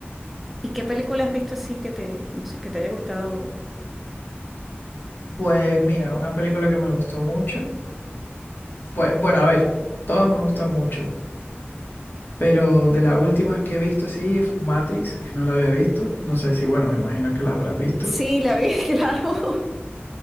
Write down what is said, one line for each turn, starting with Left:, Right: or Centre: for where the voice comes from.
Centre: ¿Y qué película has visto así que te, no sé, que te haya gustado?
Left: Pues mira, una película que me gustó mucho. Pues bueno, a ver, todas me gustan mucho. Pero de las últimas que he visto, sí, f- Matrix, que no la había visto. No sé si, bueno, me imagino que la habrás visto.
Centre: Sí, la vi, <laughs> claro.